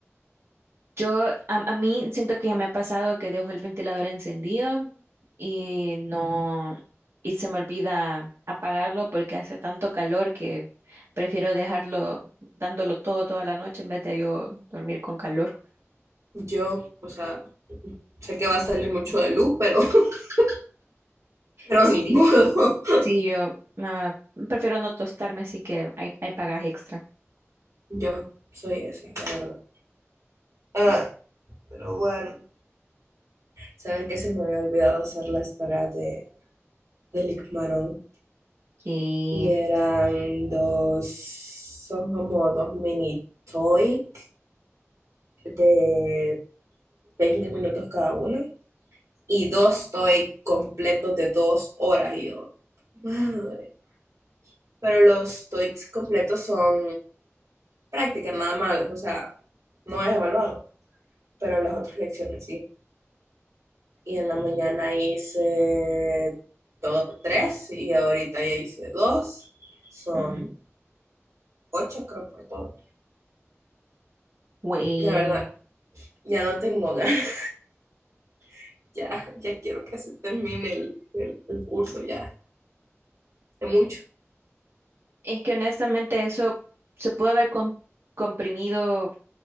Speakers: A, on the right (about 55°); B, on the right (about 85°).
A: Yo, a, a mí siento que ya me ha pasado que dejo el ventilador encendido y no, y se me olvida apagarlo porque hace tanto calor que prefiero dejarlo dándolo todo toda la noche en vez de yo dormir con calor.
B: yo, o sea, sé que va a salir mucho de luz, pero, <laughs> pero
A: Sí,
B: ni modo.
A: sí, yo ah, prefiero no tostarme, así que hay, hay pagas extra.
B: Yo soy esa, la verdad. Ah, pero bueno. ¿Sabes que Se me había olvidado hacer las tareas de, del Icmarón.
A: Y,
B: Y eran dos, son como dos mini toy de 20 minutos cada una. Y dos toy completos de dos horas. Y yo, madre. pero los TOEICs completos son prácticas nada más, o sea, no es evaluado, pero las otras lecciones sí. Y en la mañana hice do- tres y ahorita ya hice dos, son
A: ujú.
B: ocho creo por todo.
A: Güey,
B: La verdad, ya no tengo ganas, <laughs> ya, ya quiero que se termine el, el- el curso ya, de mucho.
A: es que honestamente eso se pudo haber com- comprimido